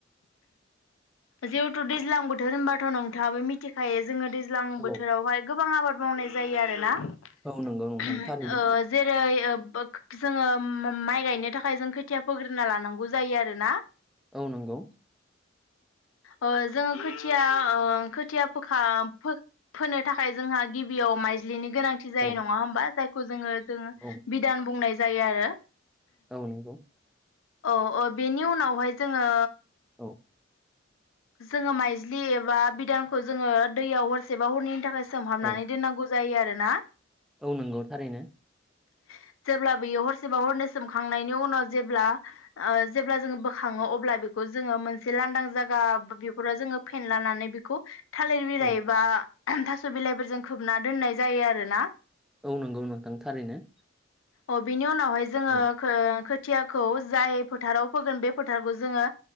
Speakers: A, on the left; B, in the centre.
A: जिहेथु दैज्लां बोथोर होनबाथ' नोंथाङाबो मिथिखायो जोङो दैज्लां
B: औ
A: बोथोरावहाय गोबां आबाद मावनाय जायो आरोना
B: औ नंगौ नोंथां
A: <unintelligible>
B: थारैनो
A: ओ जेर <unintelligible> जोङो माइ गायनो थाखाय जों खोथिया फोग्रोना लानांगौ जायो आरोना
B: औ नंगौ
A: ओ जोङो खोथिया ओ खोथिया फोखा फो फोनो थाखाय जोंहा गिबियाव माइज्लिनि गोनांथि जायो
B: औ
A: नङा होमबा जायखौ जोङो जोङो
B: औ
A: बिधान बुंनाय जायो आरो
B: औ नंगौ
A: औ औ बेनि उनावहाय जोङो
B: औ
A: जोङो माइज्लि एबा बिदानखौ जोङो दैयाव हरसेबा हरनैनि थाखाय सोमहाबनानै
B: औ
A: दोननांगौ जायो आरो ना
B: औ नोंगौ थारैनो
A: <unintelligible> जेब्ला बियो हरसेबा हरनै सोमखांनायनि उनाव जेब्ला ओ जेब्ला जोङो बोखाङो अब्ला बेखौ जोङो मोनसे लानदां जागा बेफोराव जोङो फेनलानानै बिखौ थालिर बिलाइ
B: औ
A: एबा थास' बिलाइफोरजों खोबना दोननाय जायो आरोना
B: औ नंगौ नोंथां थारैनो
A: अ बिनि उनावहाय जोङो
B: औ
A: खो-खो <unintelligible> थियाखौ जाय फोथाराव फोगोन बे फोथारखौ जोङो